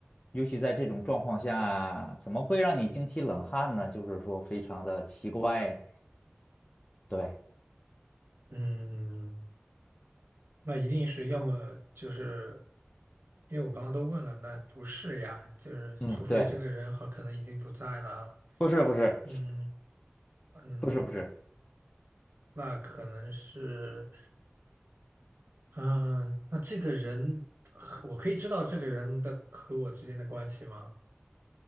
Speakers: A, on the left; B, on the right.
A: 尤其在这种状况下，怎么会让你惊起冷汗呢？就是说非常的奇怪，对，
B: 嗯，那一定是要么就是，因为我刚刚都问了，那不是呀，就是除非这个人好可能已经不在了啊。
A: 嗯，对，不是不是
B: 嗯嗯，
A: 不是不是。
B: 那可能是，嗯、那这个人和，我可以知道这个人的和我之间的关系吗？